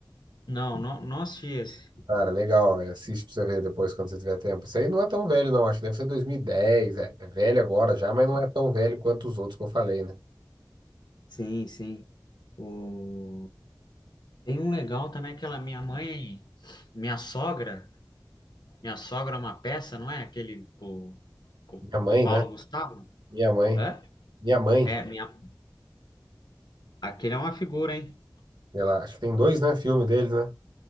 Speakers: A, on the left; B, on the right.
A: não, no... Nossos Dias.
B: Cara, legal, velho. Assiste pra você ver depois quando você tiver tempo. Isso aí não é tão velho, não. Acho que deve ser 2010, é. É velho agora já, mas não é tão velho quanto os outros que eu falei, né?
A: Sim, sim. O... Tem um legal também, aquela minha mãe, minha sogra. Minha sogra é uma peça, não é? Aquele com com o
B: Minha mãe,
A: Paulo
B: né?
A: Gustavo?
B: Minha mãe.
A: é
B: Minha mãe.
A: É, minha... aquele é uma figura, hein?
B: Ela, acho que tem dois, né? Filme deles, né?